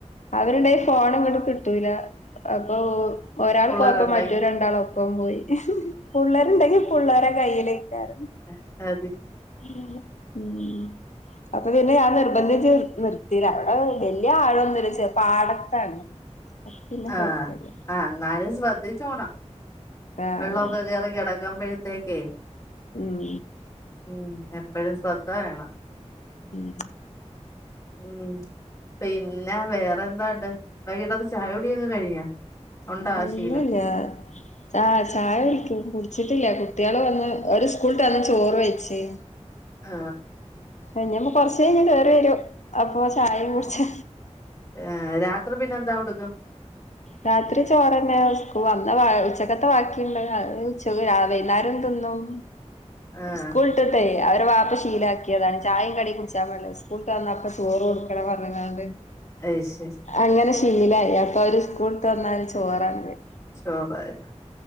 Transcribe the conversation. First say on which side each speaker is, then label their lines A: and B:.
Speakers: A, on the left; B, on the left.
A: അവരുണ്ടായി ഫോണങ്ങടു കിട്ടൂല അപ്പോ ഒരാൾ
B: പുള്ളേരുണ്ടായി
A: പോയപ്പോ മറ്റു രണ്ടാളു പ്പം പോയി. പുള്ളരുണ്ടെങ്കിൽ പുള്ളേരെ കയ്യിലേക്കാരു
B: ആ ആ
A: <inaudible> ഉം അപ്പ പിന്നെ ഞാൻ നിർബ ന്ധിച്ച് നിർത്തിതാ അവടെ വല്യ ആഴൊന്നുല്ലച്ച പാടത്താണ്. അപ്പ പിന്നെ
B: ആ
A: കൊഴപ്പല്ല
B: ആ ന്നാലും ശ്രദ്ധിച്ചോണം
A: ആഹ്
B: വെള്ള
A: അതാണ്
B: ഒക്കെ കേറി കിടക്കുമ്പഴത്തേക്കേ
A: ഉം
B: ഉം എപ്പഴും ശ്രദ്ധ വേണം
A: ഉം
B: ഉം പിന്നെ വേറെന്താണ്ട് വൈകീട്ടത്തെ ചായ കുടിയൊക്കെ കഴിഞ്ഞോ? ഉണ്ടാ ആ
A: ഇല്യാല്ല
B: ശീലം
A: ച ചായടിക്കും കുടിച്ചി ട്ടില്ല കുട്ടികള് വന്ന് അവര് സ്കൂളിട്ടന്ന് ചോറ് കഴിച്ച്
B: ആ
A: എഞ്ഞിപ്പോ കൊറച്ചഴിഞ്ഞ് കേറി വരൂ അപ്പോ ചായും കുടിച്ച്
B: ഏ രാത്രി പിന്നെ എന്താ കൊടുക്കും?
A: രാത്രി ചോറ്ന്നെയാ. സ്കൂ വന്ന ഉച്ചക്കത്തെ ബാക്കിണ്ട് ഉച്ചക്ക് രാവിലെ വൈന്നേരം തിന്ന ന്നും
B: ആഹ്
A: സ്കൂൾട്ടട്ടേ അവര്ടെ വാപ്പ ശീലാക്കിയതാണ്. ചായയും കടിയും കുടിച്ചാൻ പാടില്ല. സ്കൂളിട്ട വന്ന അപ്പ ചോറ് കൊടുക്കണംന്ന് പറഞ്ഞങ്ങാണ്ട്.
B: അത് ശരി
A: അങ്ങനെ ശീലായി. അപ്പ അവര് സ്കൂള്ട്ട വന്നാല് ചോറാണ് തി
B: ചോറ <unintelligible>